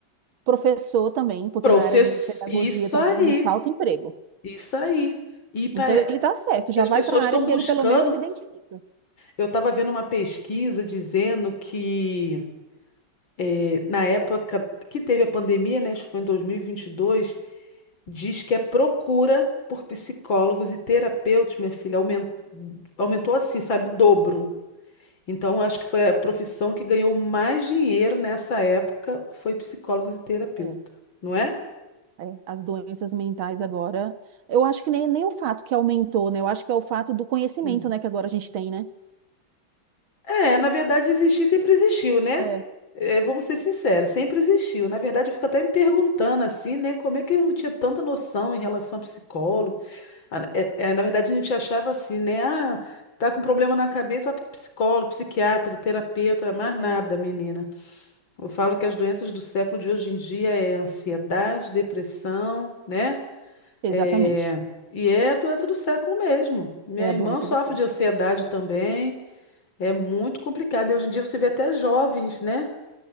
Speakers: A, on the right; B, on the left.
A: Professor também, porque
B: Professor,
A: na área de pedagogia
B: isso
A: também
B: aí,
A: não falta emprego.
B: isso aí. E pa-
A: Então ele tá certo, já
B: E as
A: vai
B: pessoas
A: para a área
B: estão
A: que
B: buscando.
A: ele pelo menos se identifica.
B: Eu estava vendo uma pesquisa dizendo que eh, na época que teve a pandemia, né, acho que foi em dois mil e e vinte e dois diz que a procura por psicólogos e terapeutas, minha filha, aumen- aumentou assim, sabe, o dobro. Então, eu acho que foi a profissão que ganhou mais dinheiro nessa época, foi psicólogos e terapeuta,
A: É.
B: não é?
A: É, as doenças mentais agora, eu acho que nem, nem o fato que aumentou, né? Eu acho que é o fato do conhecimento,
B: Hum.
A: né, que agora a gente tem, né?
B: É, na verdade, existir sempre existiu, né?
A: É,
B: É, vamos ser sinceros, sempre existiu. Na verdade, eu fico até me perguntando assim, né? Como é que eu não tinha tanta noção em relação a psicólogo? Ah, É, é, na verdade, a gente achava assim, né? Ah, tá com problema na cabeça, vai pro psicólogo, psiquiatra, terapeuta, mais nada,
A: é.
B: menina. Eu falo que as doenças do século de hoje em dia é ansiedade, depressão, né?
A: Exatamente.
B: É, e é doença do século mesmo. Minha
A: É a
B: irmã
A: doença
B: sofre
A: do século.
B: de ansiedade também. É muito complicado. E hoje em dia você vê até jovens, né?